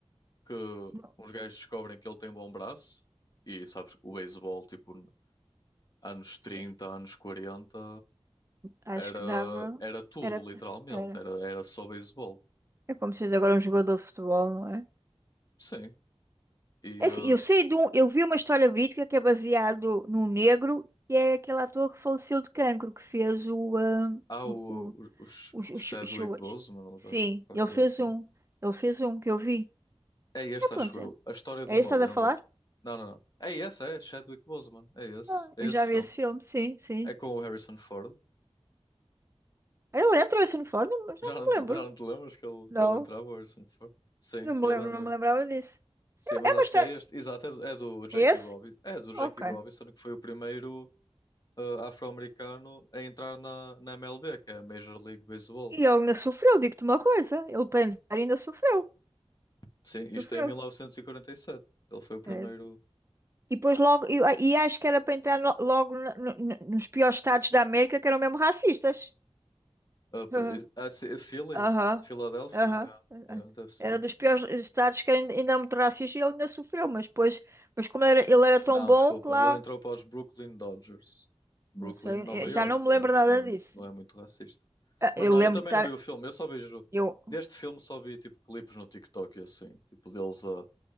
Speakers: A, on the left; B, on the right.
A: que
B: Bom,
A: uns gajos descobrem que ele tem bom braço e sabes, o beisebol tipo anos
B: sim,
A: trinta anos 40
B: Acho
A: era
B: que dava...
A: era tudo
B: Era,
A: literalmente,
B: era.
A: era era só beisebol.
B: É como se fosse agora um jogador de futebol, não é?
A: Sim. E
B: É
A: eh,
B: assim, eu sei de um... Eu vi uma história verídica que é baseado num negro, que é aquele ator que faleceu de cancro, que fez o... ah,
A: há
B: o
A: o, o- os
B: Os, os,
A: Chadwick
B: chu- chuas.
A: Boseman ou
B: Sim,
A: qual- qualquer
B: ele
A: coisa
B: fez
A: assim.
B: um. Ele fez um que eu vi.
A: É este,
B: É pronto,
A: acho eu.
B: é.
A: A história
B: É
A: de uma
B: isso que
A: lenda.
B: estás a falar?
A: Não, não, não. É esse, é Chadwick Boseman. É esse,
B: Ah,
A: é
B: eu
A: esse
B: já vi
A: filme.
B: esse filme, sim, sim.
A: É com o Harrison Ford.
B: Eu lembro esse uniforme, mas já
A: Já
B: não
A: não,
B: me
A: te-
B: lembro.
A: já não te lembras que ele,
B: Não,
A: que ele entrava, o Harrison Ford? Sim,
B: não me
A: ele
B: lembro,
A: entra.
B: não me lembrava disso.
A: Sim, mas
B: É
A: acho
B: uma história.
A: que é este. Exato, é, do é do Jackie
B: É esse?
A: Robinson. É do Jackie
B: Ok.
A: Robinson, que foi o primeiro ah, afro-americano a entrar na, na MLB, que é a Major League Baseball.
B: E ele ainda sofreu, digo-te uma coisa. Ele para entrar ainda sofreu.
A: Sim, isto
B: Sofreu.
A: é em 1947. Ele foi o primeiro.
B: É. E depois logo. E, e acho que era para entrar lo- logo no- no- no- nos piores estados da América, que eram mesmo racistas.
A: ah, pô,
B: <laughs>
A: is- ah, sim, Philly?
B: Aham,
A: Filadélfia?
B: aham.
A: Yeah, yeah, deve ser.
B: Era dos piores estados que ainda, ainda era muito racista e ele ainda sofreu, mas depois, mas como era- ele era tão
A: Não,
B: bom
A: desculpa.
B: que lá,
A: Ele entrou para os Brooklyn Dodgers. Brooklyn,
B: não sei,
A: Nova
B: eu
A: York.
B: já não me lembro
A: Não,
B: nada
A: não é
B: disso.
A: muito, não é muito racista.
B: Ah,
A: Mas
B: Eu
A: não,
B: lembro
A: eu também
B: de estar,
A: não vi o filme. Eu só vejo.
B: eu,
A: Deste filme só vi tipo clipes no TikTok e assim. Tipo deles a